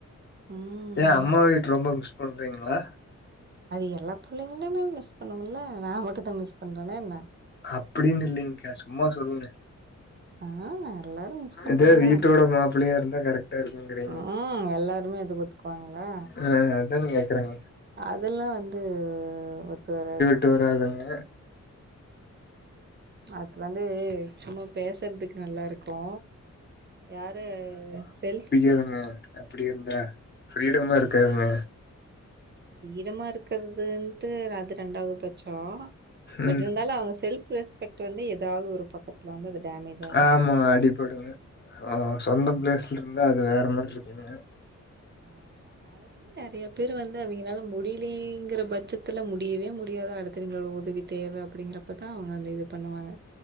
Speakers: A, on the right; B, on the left.
A: ம்
B: ஏ அம்மா வீட்டு ரொம்ப மிஸ் பண்றீங்ளா
A: அது எல்லா பிள்ளைங்களுமே மிஸ் பண்ணும்ல நா மட்டுந் தா மிஸ் பண்றேனா என்ன
B: அப்டின்னு இல்லைங்கக்கா சும்மா சொல்லுங்க
A: ஆ எல்லாரு மிஸ் பண்றதுதா
B: இதே வீட்டோட மாப்பிள்ளையாருந்தா கரெக் டாருக்குங்றீங்க
A: ம் எல்லாருமே அதுக்கு ஒத்துக்குவாங்களா
B: ஆ அதானங்க கேக்குறாங்க
A: அதெல்லா வந்து ஒத்து வராது
B: ஒத்து வராதுங்க
A: அது வந்து சும்மா பேசுறதுக்கு நல்லாருக்கு யாரு செல்ஸ்
B: குதுங்க அப்டிருந்தா ஃப்ரீடமாருக்காதுங்க
A: ஃப்ரீடமாருக்கிறதுன்ட்டு அது ரெண்டாவது பட்சோ பட்
B: ம்
A: இருந்தாலு அவுங்க செல்ப் ரெஸ்பெக்ட் வந்து ஏதாது ஒரு பக்கத்துல வந்து அது டேமேஜ் ஆகு
B: ஆமாங்க அடிப் போட்டுங்க ஆ சொந்த
A: ம்
B: பிளேஸ்ல இருந்தா அது வேற மார் இருக்குங்
A: ஆமா ஆமா அதனாலயே நிறைய பேர் வந்து அவிங்லால முடிலீங்கற பட்சத்துல முடியவே முடியாத அடுத்தவிங்களோட உதவி தேவ அப்டிங்கறப் ப்பத்தா அவங்க அந்த இது பண்ணுவாங்க